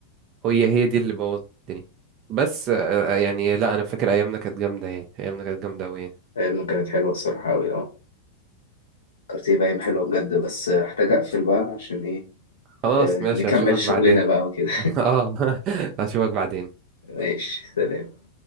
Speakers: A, on the right (about 35°); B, on the left (about 70°).
A: هي هي دي اللي بوظت الدنيا بس آه، آه، يعني لا انا فاكر ايامنا كانت جامدة يعني ايامنا كانت جامدة اوي يعني
B: إنه كانت حلوة الصراحة أوي أه فكرتي بقى حلوة بجد بس آه، هحتاج أقفل بقى عشان إيه
A: خلاص
B: آه، نكمل
A: ماشي هشوفك
B: شغلنا
A: بعدين
B: بقى وكده
A: <laughs> اه <laughs> هشوفك بعدين
B: <laughs> ماشي سلام